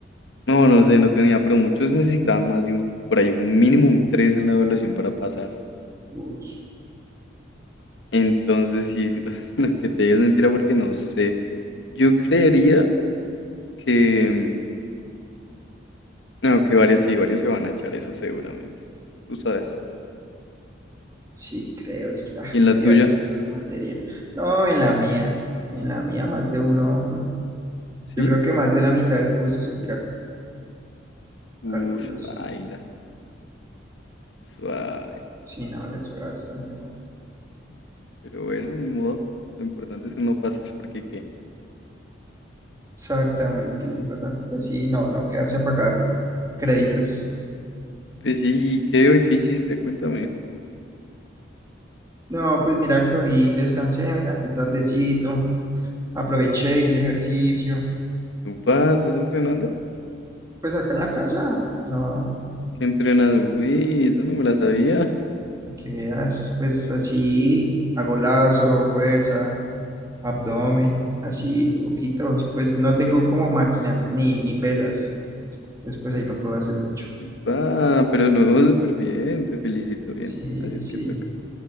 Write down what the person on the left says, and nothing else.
no, no sé, no tenía, pero muchos necesitaban más de un, por ahí un mínimo un 3 en la evaluación para pasar.
Entonces, sí, <laughs> lo, lo que te digo es mentira porque no sé. Yo creería que, mm, no, que varios sí, varios se van a echar eso seguramente. Tú sabes.
¿Y en la
tuya?
¿Sí?
Uf,
baila. Suave.
Pero bueno, ni modo. Lo importante es uno pasar porque qué.
Pues sí, ¿y qué hoy qué hiciste? Cuéntame.
Upa, ¿estás entrenando?
¿Qué entrenado? Uy, eso no me la sabía.
Upa, pero no, súper bien, te felicito,
bien. Así es
que toca.